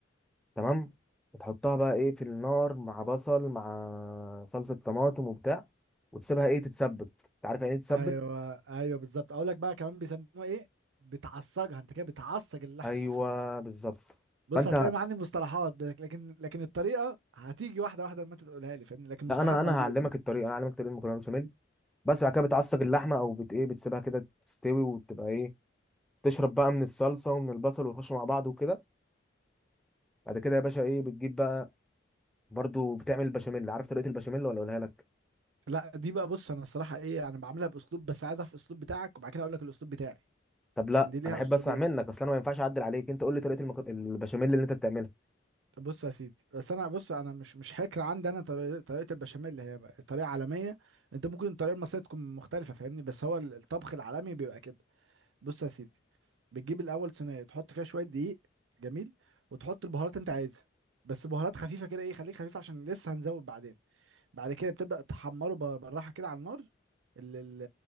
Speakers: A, in the centre; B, on the right.
A: تمام وتحطها بقى ايه في النار مع بصل مع صلصه طماطم وبتاع وتسيبها ايه تتسبك انت عارف يعني ايه تتسبك
B: ايوه ايوه بالظبط اقول لك بقى كمان بيسموها ايه بتعصجها انت كده بتعصج اللحم
A: ايوه
B: المفروم
A: بالظبط
B: بص
A: فانت
B: هتلاقي معاني مصطلحات لك- لكن لكن الطريقه هتيجي واحده واحده لما انت تقولها لي فاهمني لكن
A: لا
B: المصطلحات
A: انا انا
B: موجود
A: هعلمك الطريقه انا هعلمك طريقه المكرونه بشاميل بس بعد كده بتعصج اللحمه او بت ايه بتسيبها كده تستوي وتبقى ايه تشرب بقى من الصلصه ومن البصل ويخشوا مع بعض وكده بعد كده يا باشا ايه بتجيب بقى برضو بتعمل البشاميل عارف طريقه البشاميل ولا اقولها لك
B: لا دي بقى بص انا الصراحه ايه انا بعملها باسلوب بس عايزها في الاسلوب بتاعك وبعد كده اقول لك الاسلوب بتاعي
A: طب لا
B: عشان دي ليها
A: انا احب
B: اسلوبين
A: اسمع منك اصل انا ما ينفعش اعدل عليك انت قول لي طريقه المك... البشاميل اللي انت بتعملها
B: طب بص يا سيدي بس انا بص انا مش مش هكر عندي انا طريقه طريقه البشاميل اللي هي بقى طريقه عالميه انت ممكن الطريقه المصريه تكون مختلفه فاهمني بس هو ال- الطبخ العالمي بيبقى كده بص يا سيدي بتجيب الاول صينيه تحط فيها شويه دقيق جميل وتحط البهارات انت عايزها بس بهارات خفيفه كده ايه خليك خفيف عشان لسه هنزود بعدين بعد كده بتبدأ تحمره بر- بالراحة كده على النار ال- ال-